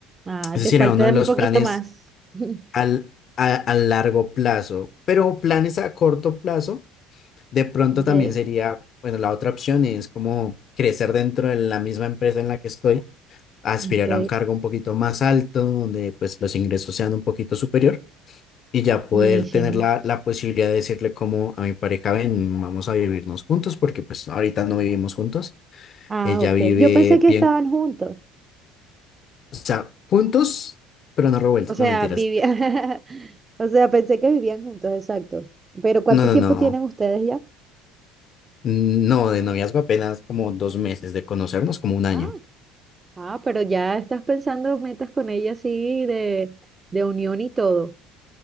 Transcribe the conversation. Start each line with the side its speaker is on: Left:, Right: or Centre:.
Right: Ah,
Left: Es
Right: te
Left: decir,
Right: falta
Left: era uno de
Right: un
Left: los
Right: poquito
Left: planes
Right: más. <laughs>
Left: al, a, a largo plazo, pero planes a corto plazo. De pronto
Right: Ok,
Left: también sería, bueno, la otra opción es como crecer dentro de la misma empresa en la que estoy, aspirar
Right: ok.
Left: a un cargo un poquito más alto, donde pues los ingresos sean un poquito superior y ya poder
Right: Buenísimo.
Left: tener la, la posibilidad de decirle como a mi pareja, ven, vamos a vivirnos juntos, porque pues ahorita no vivimos juntos,
Right: Ah,
Left: ella
Right: ok.
Left: vive
Right: Yo pensé que
Left: bien,
Right: estaban juntos.
Left: o sea, juntos, pero no revueltos,
Right: O sea,
Left: no mentiras.
Right: vivían. <laughs> O sea, pensé que vivían juntos, exacto. Pero ¿cuánto
Left: No, no,
Right: tiempo
Left: no,
Right: tienen ustedes ya?
Left: no, de noviazgo apenas como dos meses de conocernos, como un año.
Right: Ah, ah, pero ya estás pensando metas con ella así de, de unión y todo.